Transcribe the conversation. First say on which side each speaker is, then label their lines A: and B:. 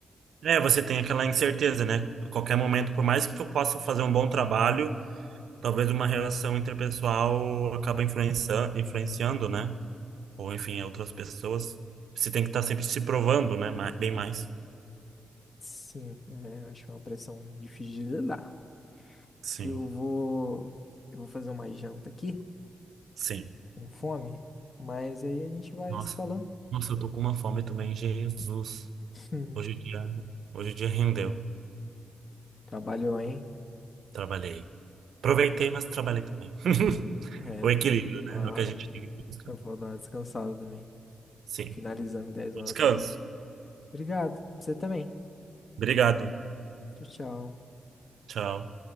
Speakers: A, on the right; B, on the left.
A: É, você tem aquela incerteza, né? Qualquer momento, por mais que eu possa fazer um bom trabalho, talvez uma relação interpessoal acaba influencia, influenciando, né? Ou enfim, outras pessoas. Você tem que estar sempre se provando, né? Ma- Bem mais.
B: Sim, é, eu acho que é uma pressão difícil de lidar.
A: Sim,
B: Eu vou, eu vou fazer uma janta aqui,
A: sim.
B: com fome, mas aí a gente vai
A: Nossa,
B: se falando.
A: nossa, eu tô com uma fome também, Jesus.
B: <laughs>
A: Hoje o dia, hoje o dia rendeu.
B: Trabalhou, hein?
A: Trabalhei. Aproveitei, mas trabalhei também. <laughs>
B: É,
A: O equilíbrio,
B: eu vou dar
A: né?
B: uma
A: É o que a gente tem que buscar.
B: eu vou dar uma descansada também.
A: Sim.
B: Finalizando dez
A: Descanso.
B: horas da noite. Obrigado, você também.
A: Obrigado.
B: Tchau, tchau.
A: Tchau.